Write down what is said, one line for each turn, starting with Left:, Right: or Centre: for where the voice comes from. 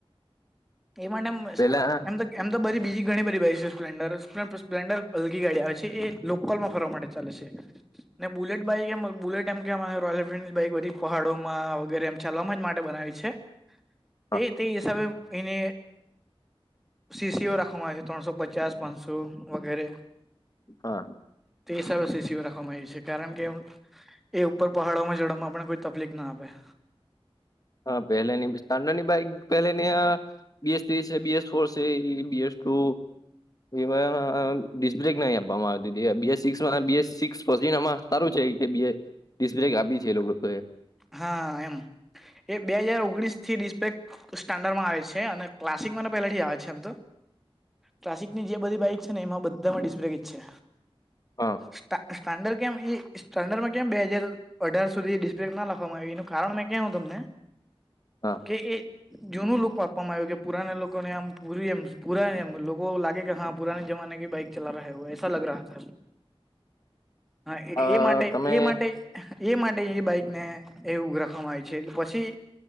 Centre: એમાં ન એમ
Left: પેલા હા
Centre: આમ તો એમ તો બધી બીજી ઘણી બધ બાાઈ છે સ્પ્લેન્ડર સ્પ્લેન્ડર હલકી ગાડી આવે છે એ લોકલમાં ફરવા માટે ચાલશે. ને બુલેટ બાઈક એમ બુલેટ એમ કે માહે રોયલ એન્ફિલ્ડ બાઈક બધી ખહાડોમાં વગેરે. ચલવામાં જ માટે બનાવી છે.
Left: <inaudible>
Centre: એ તે હિસાબે એને સીસીઓ રાખવામાં આવે છે ત્રણસો પચા. ચાર પાંચસો વગેરે
Left: હા
Centre: તે હિસાબે સિસીઓ રાખવામાં આવી છે કારણ કે એ ઉપર પહાડોમાં જડવામાં આપને કોઈ તકલીફ ના આપે
Left: હા પહેલેની સ્ટાન્ડર્ડ ની બાઈક પેલેની અ બીસ ત્રીસે બીએસ સોર્સ છે ઇ બીએસ ટુ એવાય અ ડિસબ્રેક નહી આપવામાં આવતી તી BS six B S six પઝીનામાં હારું છે કે બીએ ડીસ બ્રેક આપી છે એ લોકો એ
Centre: હા એમ એ બે હાજર ઓગણીસથી ડિસ બ્રેક સ્ટાન્ડરમાં આવે છે અને ક્લાસિકમાં ન પેલે થી આવે છે એમ તો કલાસિકની જે બધી બાઈક છે ને એમાં બધામાં ડિસ્બ્રેક જ છે.
Left: હા
Centre: સ્ટા સ્ટાન્ડર કેમ એ સ્ટાડર્ડમાં કેમ બે હજાર અઢાર સુધી ડીસબ્રેક ના લાખ ખવામાં આવી એનું કારણ મે કેઉ તમને
Left: હા
Centre: કે એ જૂનું લુક વાપ પવામાં આવ્યું કે પુરાને લોકોને આમ પૂરી એમ પુરા એમ લોકો લાગે કે હા પુરાને જમાને કી બાઈક ચલા રહે હો એસા લગ રહા થા હા
Left: અ,
Centre: એ માટે
Left: તમે
Centre: એ માટે એ માટે એ બાઈક ને એવું રાખવામાં આવી છે પછી